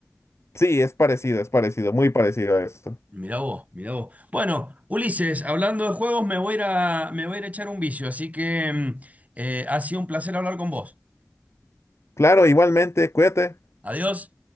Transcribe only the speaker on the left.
sí, es parecido, es parecido, muy parecido a esto.
Claro, igualmente, cuídate.